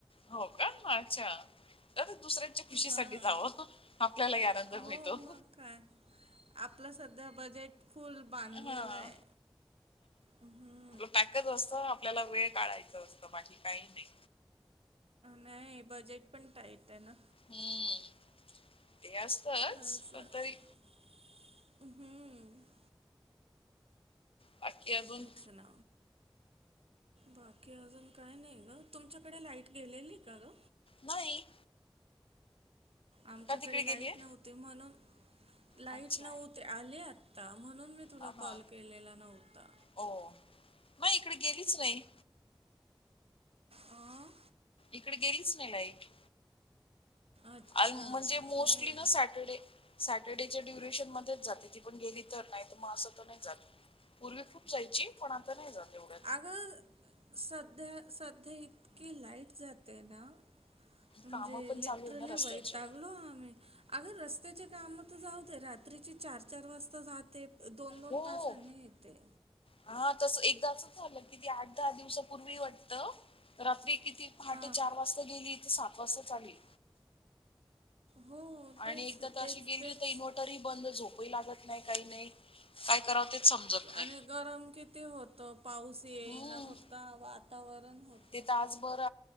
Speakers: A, on the left; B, on the right.
A: हो का मग आछ्या दुसऱ्या खुशीसाठी
B: हां
A: जाव आपल्याला ही आनंद
B: हो
A: मिळतो.
B: मग काय आपलं सध्या बजेट फुल बांधलेलं
A: हा
B: आहे हम्
A: टाकत असत आपल्याला वेळ काढायचं असतं बाकी काही नाही.
B: नाही बजेट पण टाईट आहे ना.
A: हम्म ते असतच
B: असं
A: पण तरी
B: हम्म
A: बाकी अजून
B: तेच ना. बाकी अजून काय नाही ग तुमच्याकडे लाईट गेलेली का ग.
A: नाही.
B: आमच्याकडे
A: का तिकडे गेलीय
B: लाईट नव्हते म्हणून लाईट
A: अच्छा
B: नव्हत ते आले आत्ता म्हणून मी तुला
A: हा हा
B: कॉल केलेला नव्हता.
A: हो म इकडे गेलीच नाही.
B: अं?
A: इकडे गेलीच नाही लाईट.
B: अच्छा
A: अ म्हणजे मोस्टली
B: नाही
A: ना सॅटर्डे सॅटर्डेच्या ड्युरेशन मध्येच जाते ती पण गेली तर नाहीत मग असं तर नाही जात. पूर्वी खूप जायची पण आता नाही जाते एवढ्या
B: अग सध्या सध्या इतकी लाईट जाते ना. म्हणजे
A: कामं पण चालू
B: लिट्रली
A: आहे ना रस्त्याचे
B: वयतागलो आम्ही. अगर रस्त्याचे काम तर जाऊदे रात्रीचे चार चार वाजता जा ते दोन दोन
A: हो
B: तासाने येते
A: हा तस एकदा असंच झालं कि त आठ दहा दिवसापूर्वी वाटत रात्री किती पहाटे
B: हां
A: चार वाजता गेली तर सात वाजता चाली.
B: हो. तेच
A: आणि एकदा तर
B: तेच
A: अशी गेली
B: तेच
A: तर नोट तरी बंद झोपही लागत नाही काही नाही काय करावं तेच समजत नाही.
B: आणि गरम किती होतं पाऊस येईना
A: हम्म
B: फक्त वातावरण होत
A: ते तासभर